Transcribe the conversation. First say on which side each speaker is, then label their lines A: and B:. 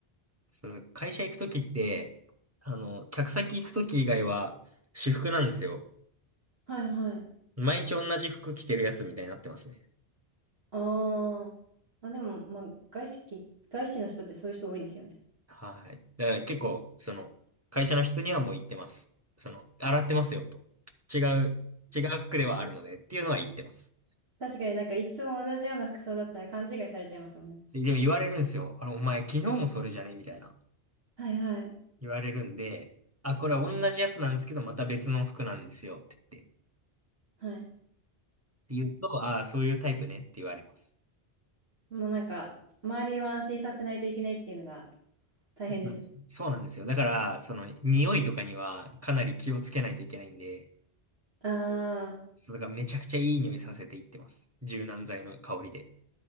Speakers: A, on the right; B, on the right.
A: そう、会社行くときって、あの、客先行くとき以外は私服なんですよ。
B: ー、はいはい。
A: 毎日同じ服着てるやつみたいになってますね。
B: あーあ、でも、まあ、外資き、外資の人ってそういう人多いですよね。
A: はい。だから結構、その、会社の人にはもう言ってます。その、洗ってますよと。違う、違う服ではあるのでっていうのは言ってます。
B: 確かになんかいつも同じような服装だったら勘違いされちゃいますもんね。
A: でも言われるんですよ。あの、お前昨日もそれじゃねみたいな。
B: はいはい。
A: 言われるんで、あ、これは同じやつなんですけど、また別の服なんですよって言って。っ
B: はい。
A: て言うと、ああ、そういうタイプねって言われます。
B: もうなんか、周りを安心させないといけないっていうのが大変ですね。
A: そうですそうなんですよ。だから、その、匂いとかにはかなり気をつけないといけないんで、
B: ああ、
A: ちょっとだからめちゃくちゃいい匂いさせていってます。柔軟剤の香りで。